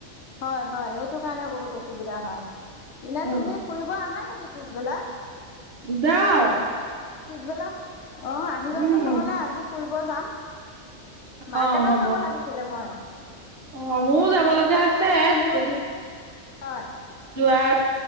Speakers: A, on the left (about 65°); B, on the right (about 55°).
A: হয়-হয় সেইটো কাৰণে বহুত অসুবিধা হয়। এনেই
B: উম
A: তুমি ফুৰিব আহা নেকি- পিছবেলা?
B: যাওঁ।
A: পিছবেলা, অঁ', -আহিবাচোন
B: উম
A: নহ'লে আজি ফুৰিব যাম। মাৰ্কেটত
B: অ হ'ব
A: যাব লাগিছিলে মই।
B: অ', মও যাব লগীয়া
A: কাপোৰ
B: আছে,
A: কানি কিনিব
B: যদি
A: হয়
B: অ',।